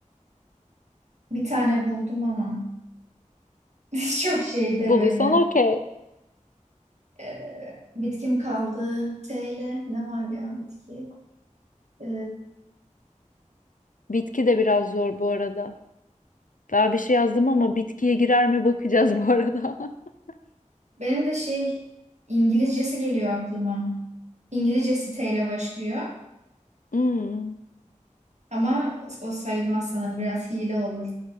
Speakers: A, on the right (about 60°); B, on the left (about 80°).
A: Bir tane buldum ama <laughs> çok şeyde
B: bulduysan
A: böyle.
B: okey.
A: Ee, bitkim kaldı. T ile ne var ya bitki? Ee,
B: Bitki de biraz zor bu arada. Ben bir şey yazdım ama bitkiye girer mi bakacağız bu arada. <laughs>
A: benim de şey İngilizcesi geliyor aklıma. İngilizcesi T ile başlıyor.
B: Hmm.
A: Ama o sayılmaz sanırım. Biraz hile olur.